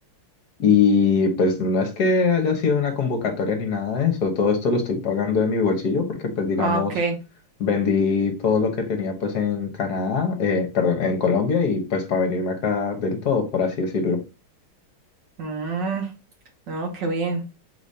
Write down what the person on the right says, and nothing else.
Ah, ok.
Mm, no, qué bien.